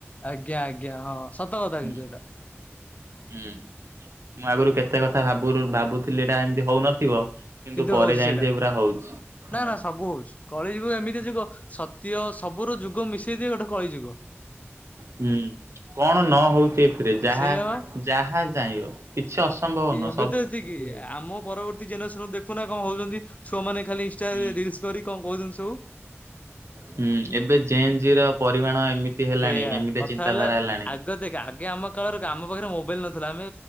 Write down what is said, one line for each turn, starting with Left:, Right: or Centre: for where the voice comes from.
Left: ଆଜ୍ଞା ଆଜ୍ଞା ହଁ ସତ କଥା
Right: ହୁଁ
Left: କିନ୍ତୁ ଏଇଟା।
Right: ହୁଁ ମୁଁ ଆଗରୁ କେତେ କଥା ଭାବୁ ଭାବୁଥିଲି ଏଇଟା ଏମିତି ହଉନଥିବ।
Left: କିନ୍ତୁ
Right: ପରେ
Left: ହଉଛି
Right: ଜାଣିଲି
Left: ସେଇଟା
Right: ଯେ ଏଗୁରା ହଉଛି। ହଁ
Left: ନା ନା ସବୁ ହଉଛି। କଳିଯୁଗ ଏମିତି ଯୁଗ ସତ୍ୟ ସବୁର ଯୁଗ ମିଶେଇ ଦେଇ ଗୋଟେ କଳି ଯୁଗ।
Right: ହୁଁ। କଣ ନ ହଉଛି ଏଥିରେ ଯାହା
Left: ସେଇଆ ବା
Right: ଯାହା ଯାଇଁବ କିଛି ଅସମ୍ଭବ ନୁହ।
Left: କିନ୍ତୁ ଏତିକି ଆମ ପରବର୍ତ୍ତୀ ଜେନଷନ ଦେଖୁନା କଣ ହଉଛନ୍ତି ଛୁମାମାନେଖାଲି ଇଷ୍ଟା
Right: ହୁଁ
Left: ରିଲ୍ସ୍ କରି କଣ କହୁଛନ୍ତି ସବୁ।
Right: ହୁଁ ଏବେ ଚେଞ୍ଚର ପରିମାଣ ଏମିତି ହେଲାଣି
Left: ସେଇଆ
Right: ଏମିତି
Left: କଥା
Right: ଆ ଚିନ୍ତାଧାରା
Left: ହେଲା
Right: ହେଲାଣି।
Left: ଆଗ ଆଗେ ଆମ କାଳରେ ଆମ ପାଖରେ ମୋବାଇଲ ନଥିଲା ଆମେ